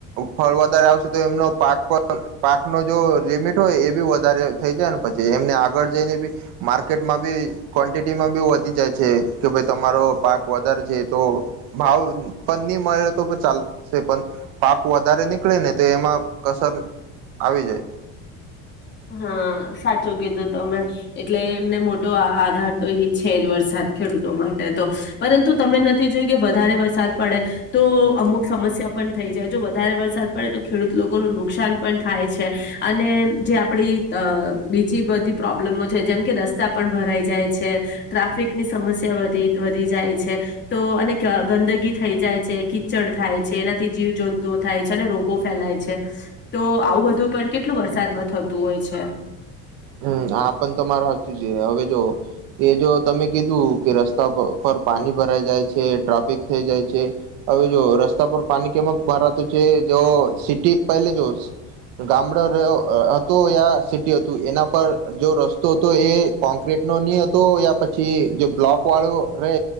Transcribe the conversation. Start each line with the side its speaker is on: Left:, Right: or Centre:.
Right: ફળ વધારે આવશે તો એમનો પાક પણ પાકનો જો લીમિટ હોય એ બી વધારે થઈ જાયને પછી એમને આગળ જઈને બી માર્કેટમાં બી કોનન્ટિટીમાં બી વધી જાય છે કે ભાઈ તમારો પાક વધારે છે. તો ભાવ પણ નહી મળેલો તો ચાલશે પણ પાક વધારે નીકળે ને તે એમાં કસર આવી જાય.
Left: હા સાચું કીધું તમે. એટલે એમને મોટો આધાર તો એ છે જ વરસાદ ખેડૂતો માટે તો. પરંતુ તમે નથી જોય કે વધારે વરસાદ પડે. તો અમુક સમસ્યા પણ થઈ જાય જો વધારે વરસાદ પડે તો ખેડૂત લોકોનું નુકસાન પણ થાય છે. અને જે આપ આપડી બીજી બધી પ્રોબ્લેમો છે જેમ કે રસ્તા પણ ભરાઈ જાય છે. ટ્રાફિકની સમસ્યા વધી વધી જાય છે. તો અને ગંદગી થઈ જાય છે, કીચડ થાય છે. એનાથી જીવજંતુઓ થાય છે, અને રોગો ફેલાય છે. તો આવું બધું પણ કેટલું વરસાદમાં થતું હોય છે.
Right: હમ આ પણ તમાર હાચું છે. હવે જો એ જો તમે કીધું કે રસ્તા પ પર પાણી ભરાઈ જાય છે, ટ્રાફિક થઈ જાય છે. હવે જો રસ્તા પર પાણી કેમક ભરાતું છે, જો સિટી પહેલે જો ગામડ હતો યા સિટી હત તું એના પર જો રસ્તો હતો એ કોંક્રીટનો ની હતો યા પછી જે બ્લોકવાળો રે